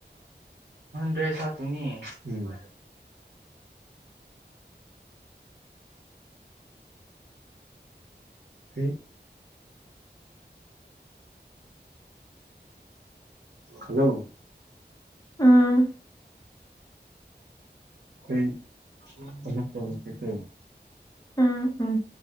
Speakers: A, on the right; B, on the left.
A: ꯭ꯗꯔꯦꯁ ꯍꯞꯄꯨꯅꯤ ꯎꯝ ꯑꯩ ꯍꯜꯂꯣ
B: ꯎꯝ
A: ꯑꯩ ꯑꯃꯨꯛ ꯇꯧꯔꯛꯀꯦꯀꯣ
B: ꯎꯝ ꯎꯝ